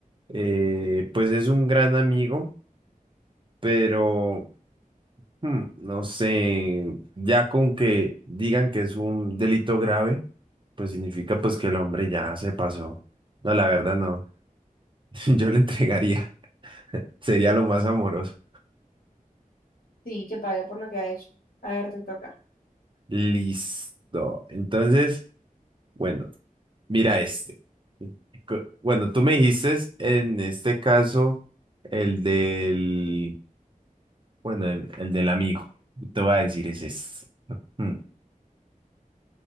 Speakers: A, on the right; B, on the left.
A: eh, pues es un gran amigo, pero Hmm, no sé, ya con que digan que es un delito grave, pues significa pues que el hombre ya se pasó. No, la verdad no. <laughs> Yo le entregaría. <laughs> Sería lo más amoroso.
B: Sí, que pague por lo que ha hecho. A ver, te toca.
A: Listo. Entonces, bueno, mira este. Co- Bueno, tú me dijiste en este caso el del, bueno, el, el del amigo. Te voy a decir es este. Hmm,